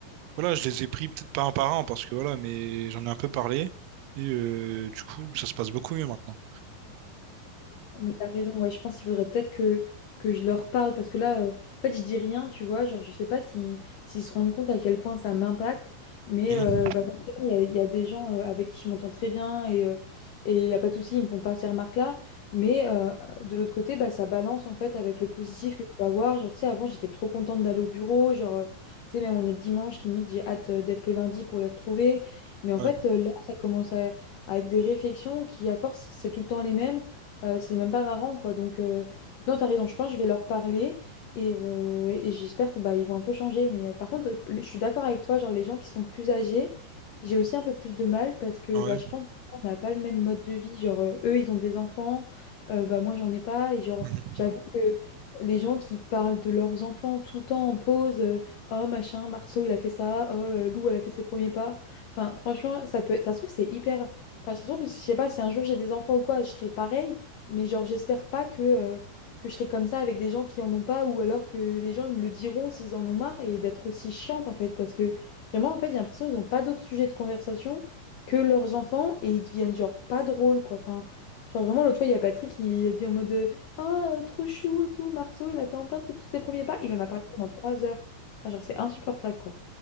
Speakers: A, on the right (about 85°); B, on the left (about 80°).
A: voilà, je les ai pris peut-être pas un par un parce que voilà, mais j'en ai un peu parlé. Et euh, du coup, ça se passe beaucoup mieux maintenant.
B: Mais t'as raison, ouais, je pense qu'il faudrait peut-être que, que je leur parle parce que là, euh, en fait, je dis rien, tu vois, genre, je sais pas si, s'ils se rendent compte à quel point ça m'impacte, mais
A: Mhm.
B: euh, bah, forcément, il y, a il y a des gens euh, avec qui je m'entends très bien et euh, et il n'y a pas de souci, ils me font pas ces remarques-là, mais euh, de l'autre côté, bah, ça balance en fait avec le positif que je peux avoir. Genre, tu sais, avant, j'étais trop contente d'aller au bureau, genre, euh, tu sais, même on est le dimanche, limite, j'ai hâte euh, d'être le lundi pour les retrouver, mais en
A: Ouais,
B: fait, euh, là, ça commence à, à être des réflexions qui, à force, c'est tout le temps les mêmes. Euh, c'est même pas marrant, quoi. Donc, euh, donc non, t'as raison. Je pense que je vais leur parler et, euh, et j'espère que bah, ils vont un peu changer. Mais euh, par contre, euh, je suis d'accord avec toi. Genre, les gens qui sont plus âgés, j'ai aussi un peu plus de mal parce que
A: ouais.
B: bah, je pense qu'on n'a pas le même mode de vie. Genre, euh, eux, ils ont des enfants. euh, bah, moi, j'en ai pas. Et genre,
A: Mhm.
B: j'avoue que les gens qui parlent de leurs enfants tout le temps en pause, euh, oh machin, Marceau, il a fait ça. Oh, euh, Lou, elle a fait ses premiers pas. Enfin, franchement, ça peut, ça se trouve, c'est hyper. Enfin, ça se trouve, je sais pas, si un jour j'ai des enfants ou quoi, je serai pareil. Mais genre, j'espère pas que, euh, que je serai comme ça avec des gens qui en ont pas ou alors que les gens me le diront s'ils en ont marre et d'être aussi chiante en fait. Parce que vraiment, en fait, j'ai l'impression qu'ils n'ont pas d'autres sujets de conversation que leurs enfants et ils deviennent genre pas drôles quoi. Enfin, genre vraiment, l'autre fois, il y a Patrick, il a dit en mode euh, Ah, trop chou et tout, Marceau, il a fait enfin ses- tous ses premiers pas. Il en a parlé pendant trois heures. Enfin, genre, c'est insupportable quoi.